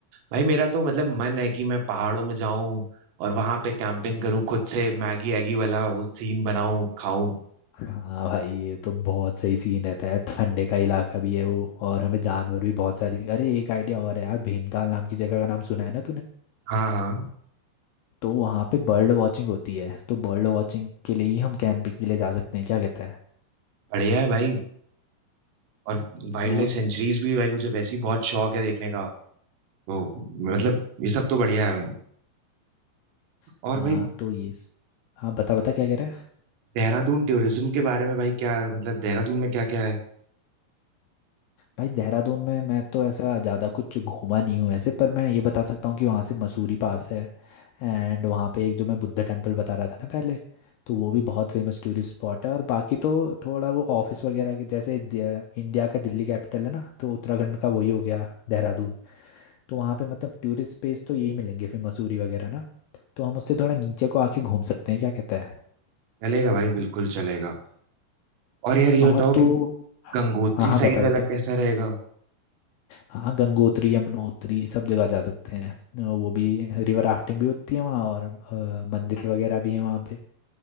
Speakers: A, on the right; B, on the left.
A: भाई मेरा तो मतलब मन है कि मैं पहाड़ों में जाऊं और वहां पे कैंपिंग करूं खुद से मैगी एगी वाला वो सीन बनाऊं खाऊं
B: हाँ भाई ये तो बहुत सही सीन रहता है ठंडे का इलाका भी है वो और हमें जानवर भी बहुत सारे अरे एक आइडिया और है यार भीमताल नाम की जगह का नाम सुना है ना
A: हाँ हाँ
B: तो वहाँ पे बर्ड वॉचिंग होती है तो बर्ड वॉचिंग के लिए ही हम कैंपिंग के लिए जा सकते हैं क्या कहता है
A: बढ़िया है भाई और वाइल्ड
B: हाँ
A: लाइफ सेंचुरीज भी भाई मुझे वैसे ही बहुत शौक है देखने का तो मतलब ये सब तो बढ़िया है भाई
B: हाँ
A: और भाई
B: तो ये स- हाँ बता बता क्या कह रहा है
A: देहरादून टूरिज्म के बारे में भाई क्या मतलब देहरादून में क्या क्या है
B: भाई देहरादून में मैं तो ऐसा ज़्यादा कुछ घूमा नहीं हूँ वैसे पर मैं ये बता सकता हूँ कि वहाँ से मसूरी पास है एंड वहाँ पे एक जो मैं बुद्ध टेम्पल बता रहा था ना पहले तो वो भी बहुत फेमस टूरिस्ट स्पॉट है और बाकी तो थोड़ा वो ऑफिस वगैरह के जैसे दे- इंडिया का दिल्ली कैपिटल है ना तो उत्तराखंड का वही हो गया देहरादून तो वहाँ पे मतलब टूरिस्ट प्लेस तो यही मिलेंगे फिर मसूरी वगैरह ना तो हम उससे थोड़ा नीचे को आके घूम सकते हैं क्या कहता है
A: चलेगा भाई बिल्कुल चलेगा और यार ये
B: और
A: बताओ
B: तो
A: कि
B: हाँ
A: गंगोत्री
B: हाँ
A: साइड
B: बता
A: वाला
B: बता
A: कैसा रहेगा
B: हाँ गंगोत्री यमुनोत्री सब जगह जा सकते हैं वो भी रिवर राफ्टिंग भी होती है वहाँ और अ, मंदिर वगैरह भी है वहाँ पे